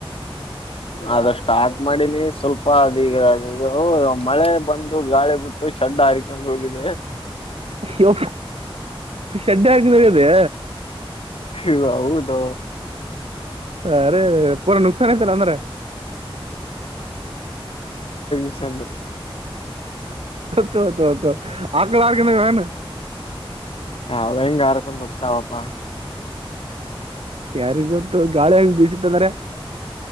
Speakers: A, on the left; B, on the right.
A: ಅದ ಸ್ಟಾರ್ಟ್ ಮಾಡಿನಿ ಸ್ವಲ್ಪ ಅದಿಗ ಇದು ಮಳೆ. ಬಂದು ಗಾಳಿ ಬಿಟ್ಟು ಶಡ್ ಹಾರಿಕೊಂಡ್ ಹೋಗಿದೆ.
B: ಅಯ್ಯೊ ಶೆಡ್ಡೆ <unintelligible> ವೆ.
A: ಇವ್ ಹೌದೊ.
B: ಅರೆ. ಪೂನು ನುಕ್ಸಾನೆ ತರ್ ಅಂದ್ರೆ.
A: ಸೇಗ್ಬೇಕ್.
B: ತೊ ತೊ ತೊ ಅಗ್ಲಗ್ ಗಿನಗೇನ.
A: ಅವ್ ಹೆಂಗ್ ಆರ್ಕ್ಕೊಂದ್ ಹೋಗ್ತಾವಪ್ಪಾ.
B: ಯಾರಿಗ್ ಗೊತ್ತು ಗಾಳಿ ಹಂಗ್ ಬೀಸಿತ್ತಂದ್ರೆ.